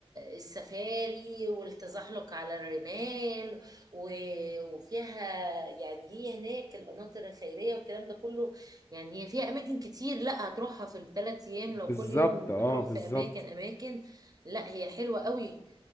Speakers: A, on the right; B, on the left.
A: السفاري والتزحلق على الرمال و- وفيها يعني هي هناك القناطر الخيرية والكلام ده كله يعني هي فيها أماكن كتير لا هتروحها في الثلاث أيام لو
B: بالظبط
A: كل يوم
B: اه
A: بتروح
B: بالظبط
A: في أماكن أماكن لا هي حلوة قوي